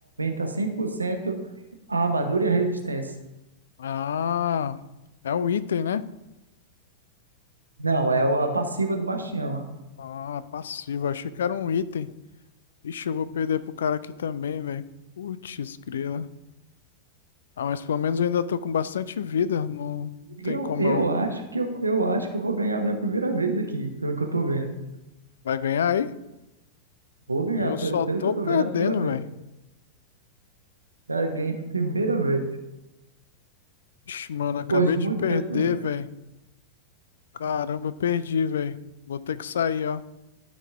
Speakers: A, on the right (about 75°); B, on the left (about 65°).
A: em cem- por cento a armadura e a resistência.
B: Ah, é um item, né?
A: Não, é o- a passiva do Bastião.
B: Ah, passivo. Achei que era um item. Ixi, eu vou perder pro cara aqui também, velho. Putz, grila. Ah, mas pelo menos eu ainda tô com bastante vida. Não, não
A: Eu,
B: tem como
A: eu
B: eu.
A: acho que eu, eu acho que eu vou ganhar a minha primeira vez aqui, pelo que eu tô vendo.
B: Vai ganhar aí?
A: Vou ganhar,
B: Eu
A: pelo,
B: só
A: pelo
B: tô
A: que eu
B: perdendo,
A: tô vendo, a primeira vez.
B: velho.
A: Cara, ganhei a primeira vez.
B: Ixi, mano,
A: Depois
B: acabei
A: de
B: de
A: muito
B: perder,
A: tempo, né?
B: velho. Caramba, perdi, velho. Vou ter que sair, ó.